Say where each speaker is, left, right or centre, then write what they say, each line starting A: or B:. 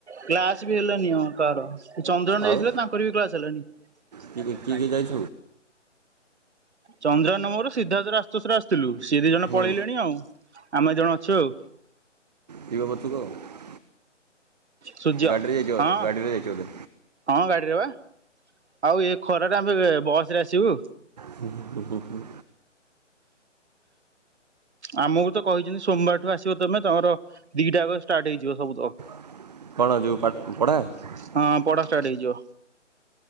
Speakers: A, on the right (about 65°); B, on the right (about 35°).
A: କ୍ଲାସ୍‌ ବି ହେଲାନି ଆମର ଚନ୍ଦ୍ରନ ସାର୍
B: ଆଉ
A: ଯାଇଥିଲେ, ତାଙ୍କର ମଧ୍ୟ କ୍ଲାସ୍‌ ହେଲାନି।
B: କି
A: ଆଜ୍ଛା
B: କିଏ
A: ଖାଇଛନ୍ତିଛନ୍ତି।
B: କିଏ ଯାଇଛ
A: ଚନ୍ଦ୍ର ମାମୁଙ୍କ ଘରୁ ସିଦ୍ଧାର୍ଥଙ୍କ ଆଶ୍ରମକୁ ଆସିଥିଲୁ ସେ ଦୁଇଜଣ
B: ହୁଁ
A: ପଳାଇଗଲେଣି, ଆଉ ଏବେ ଆମେ ଦୁଇ ଜଣ ମାତ୍ର ଅଛୁ ଆଉ।
B: କି ବାବ ତୁ କ <unintelligible>
A: ସୂର୍ଯ୍ୟ
B: ଗାଡ଼ିରେ ଯାଇଛନ୍ତି
A: ହଁ।
B: ବୋଧେ।
A: ହଁ ଗାଡିରେ ବା। ଆଉ ଏ ଖରା ଟାରେ ଆମେ ବସ ରେ ଆସିବୁ।
B: ହୁଁ ହୁଁ ହୁଁ ହୁଁ ହୁଁ।
A: ଆମକୁ ତ କହିଛନ୍ତି, ସୋମବାରଠାରୁ ଆସିବ ତୁମର ତ ସବୁକିଛି ସୋମବାରଠାରୁ ଆରମ୍ଭ ହୋଇଯିବ।
B: କଣ ପାଠ ପଢ଼ି ଯିବା?
A: ହଁ ପଢା ଷ୍ଟାର୍ଟ ହେଇଯିବ।